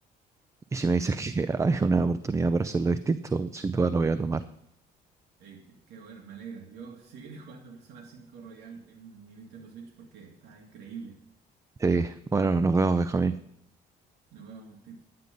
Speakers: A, on the right; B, on the right.
A: y si me dices <laughs> que hay una oportunidad para hacerlo distinto, sin duda lo voy a tomar.
B: eh, qué, qué bueno, me alegra. Yo seguiré <laughs> jugando Persona cinco Royal en mi Nintendo Switch porque está increíble.
A: Sí, bueno, nos vemos, Benjamín.
B: Nos vemos, Martín.